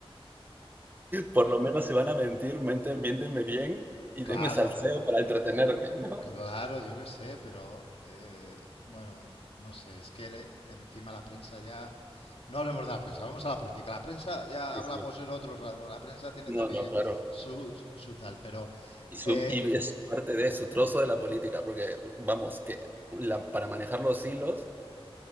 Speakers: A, on the right; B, on the left.
A: por lo menos si van a mentir, mienten miéntenme bien y
B: <laughs> claro,
A: denme salseo para entretenerme, ¿no?
B: Claro, yo qué sé, pero eh, bueno, eh, no sé, es que le- encima la prensa ya... No hablemos de la prensa, vamos a la política. La prensa ya
A: Sí,
B: hablamos
A: sí.
B: en otro rato, la prensa tiene
A: No,
B: también
A: no, claro.
B: su, su tal, pero
A: Y su
B: eh,
A: y es su parte de su trozo de la política, porque, vamos, que la para manejar los hilos